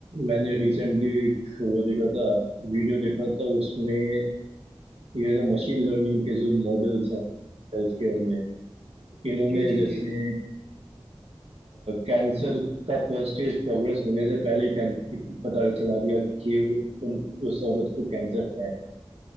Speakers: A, on the right; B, in the centre.
A: मैंने रिसेंटली एक वो देखा था वीडियो देखा था उसमें ये जो मशीन लर्निंग के जो मॉडल्स हैं हेल्थ केयर में इन्होंने
B: जी जी
A: जैसे
B: जी
A: कैंसर का फर्स्ट स्टेज प्रोग्रेस होने से पहले ही कैंसर पता चला दिया कि उन, उस औरत को कैंसर है